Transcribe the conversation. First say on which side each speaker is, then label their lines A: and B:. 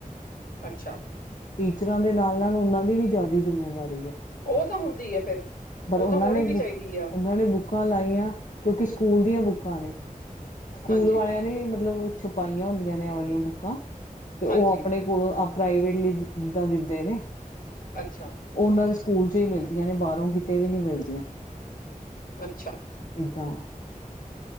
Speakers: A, on the left; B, on the left.
A: ਅੱਛਾ।
B: ਟੀਚਰਾਂ ਦੇ ਨਾਲ-ਨਾਲ ਉਨਾਂ ਦੀ ਵੀ ਜ਼ਿਆਦਾ, ਜਿੰਮੇਵਾਰੀ ਐ
A: ਉਹ ਤਾਂ ਹੁੰਦੀ ਏ ਫਿਰ ਉਹ
B: ਪਰ ਓਨਾਂ
A: ਤਾਂ ਹੋਣੀ
B: ਨੇ
A: ਵੀ ਚਾਹੀਦੀ
B: ਬੁੱਕ,
A: ਆ
B: ਉਨਾਂ ਨੇ ਬੁੱਕ ਬੁੱਕਾਂ ਲਾਈਆਂ ਕਿਉਂਕਿ, ਸਕੂਲ ਦੀਆਂ ਬੁੱਕਾਂ ਨੇ, ਸਕੂਲ
A: ਹਾਂਜੀ
B: ਵਾਲਿਆਂ ਨੇ ਮਤਲਬ ਪਾਈਆਂ ਹੁੰਦੀਆਂ ਨੇ ਆਪਦੀਆਂ ਬੁੱਕਾਂ, ਤੇ ਉਹ
A: ਹਾਂਜੀ
B: ਆਪਣੇ ਕੋਲੋਂ ਆ, ਪ੍ਰਾਈਵੇਟਲੀ ਜਿੱਦਾਂ ਦਿੰਦੇ ਨੇ
A: ਅੱਛਾ।
B: ਉਹ ਉਨਾਂ ਦੇ ਸਕੂਲ ਚੋਂ ਈ ਮਿਲਦੀਆਂ ਨੇ, ਬਾਹਰੋ ਕਿਤੇ ਵੀ ਨਈ ਮਿਲਦੀਆਂ
A: ਅੱਛਾ।
B: <unintelligible> <inaudible>